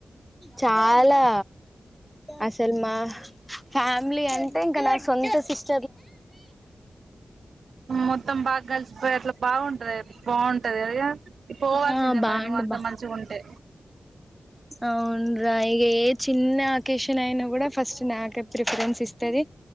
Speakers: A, in the centre; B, on the right (about 65°).
A: చాలా అసలు మా ఫ్యా మిలీ అంటే ఇంకా నా సొంత సిస్
B: మొత్తం బాగా కలిసిపోయిర్లు బాగుంటది బాగుంటదదిగ పోవాల్సిందే
A: ఆ బాగుండు
B: మరి నువ్వు అంత
A: బా
B: మంచిగుంటే
A: అవునురా ఇగ ఏ చిన్న అకేషన్ అయినా కూడా ఫస్ట్ నాకే ప్రిఫరెన్స్ ఇస్తది,